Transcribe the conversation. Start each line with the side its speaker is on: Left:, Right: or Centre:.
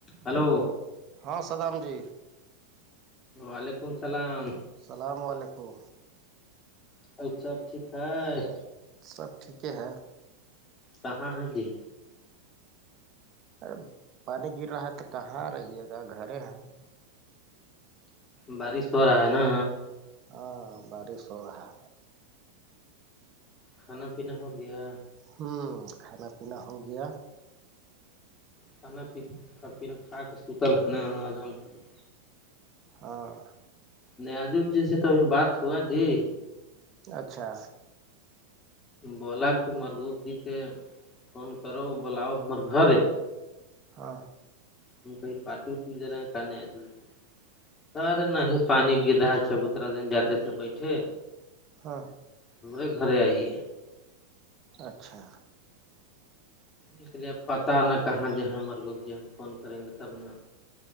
Left: hello
Right: ہاں سدام جی
Left: وعلیکم السلام
Right: السلام علیکم
Left: اور سب ٹھیک ہے
Right: سب ٹھیک ہے
Left: کہاں ہے جی
Right: ارے پانی گر رہا ہے تو کہاں رہیے گا گھر ہیں
Left: بارش ہو رہا ہے نا
Right: ہاں بارش ہو رہا ہے
Left: کھانا پیننا ہو گیا
Right: ہوں کھانا پینا ہو گیا
Left: کھانا پیا پینا کھا کے سوتل ہے نا آرام کرو <inaudible>
Right: ہوں <unintelligible>
Left: ن آجو جی سے تو ابھی بات ہوا جی
Right: اچھا
Left: بولا کہ مرگوب جی کے فون کرو بولاؤ ہمار گھر
Right: ہاں
Left: ت کیں پٹ ہوتی جرا ک نہیں آجل <inaudible> سر نہیں پانی گر رہا ہے چبوترا دن جاتے تھے بیٹھے
Right: ہاں
Left: ہمرے گھر آئیے
Right: اچھا
Left: اس کے لیےب پتا نہ کہاں ج ہیں مرگپ جی ہم فون کریں گے تب ن